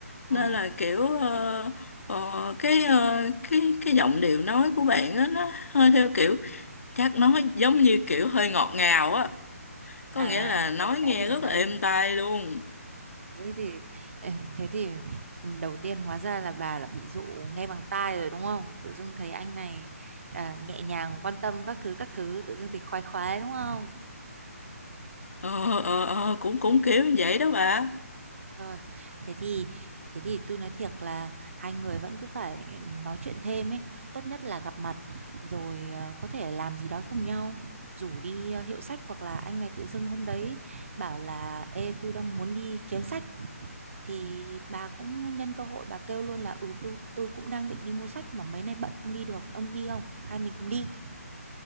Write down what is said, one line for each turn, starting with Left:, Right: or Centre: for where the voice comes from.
Right: ồ
Left: nên là kiểu ờ, ờ, cái ờ, cái cái giọng điệu nói của bạn á nó hơi theo kiểu chắc nói giống như kiểu hơi ngọt ngào á có
Right: à
Left: nghĩa là nói
Right: rồi đã
Left: nghe
Right: hiểu
Left: rất
Right: đã
Left: là êm
Right: hiểu
Left: tai luôn
Right: thế thì ừ, thế thì đầu tiên hóa ra là bà là bị dụ nghe bằng tai rồi đúng không tự dưng thấy anh này à, nhẹ nhàng quan tâm các thứ các thứ tự dưng thì khoái khoái đúng không
Left: ờ ờ ờ cũng cũng kiểu như vậy đó bà
Right: Rồi, thế thì thế thì tôi nói thiệt là hai người vẫn cứ phải nói chuyện thêm ấy, tốt nhất là gặp mặt rồi ờ, có thể làm gì đó cùng nhau, rủ đi ờ, hiệu sách hoặc là anh này tự dưng hôm đấy bảo là ê tôi đang muốn đi kiếm sách thì bà cũng nhân cơ hội bà kêu luôn là ừ tôi tôi cũng đang định đi mua sách mà mấy nay bận không đi được, ông đi không? Hai mình cùng đi,